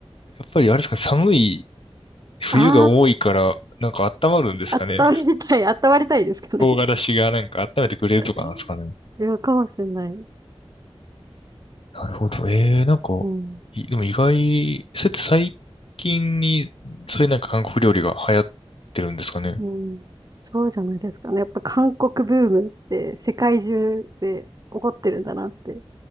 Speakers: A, on the left; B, on the right.
A: やっぱりあれですかね、寒い冬が多いから、
B: あ
A: なんか温まるんですかね。
B: あ、温まりたい、<laughs> 温まりたいですかね。
A: その唐辛子がなんか温めてくれるとかなんですかね。
B: <laughs> いや、かもしれない。
A: なるほど。ええ、なんか、
B: うん。
A: いでも意外、そうやって最近に、そういうなんか韓国料理が流行ってるんですかね。
B: うん。そうじゃないですかね。やっぱ韓国ブームって世界中で起こってるんだなって